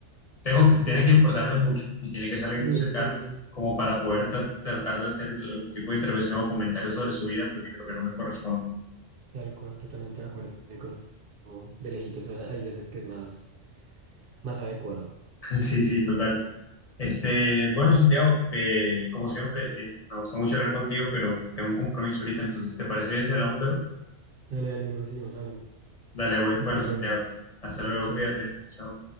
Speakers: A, on the left; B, on the right.
A: tengo que, <laughs> tiene que importarme mucho y tiene que ser alguien
B: Sí,
A: muy cercano
B: sí,
A: como para poder tra- tratar de hacer algún tipo de intervención o comentario sobre su vida, porque creo que no me corresponde. <laughs>
B: tal cual, totalmente de acuerdo. De cosas como de lejitos a- hay veces es que es más, más adecuado.
A: Sí, sí, total. Este, bueno, Santiago, eh, como siempre, eh, me gustó mucho hablar contigo, pero tengo un compromiso ahorita, entonces, ¿te parece bien si hablamos luego?
B: Dale, dale, luego seguimos hablando.
A: Dale, güey.
B: Hasta
A: bueno,
B: luego.
A: Santiago, hasta
B: Dale,
A: luego,
B: chao.
A: cuídate, chao.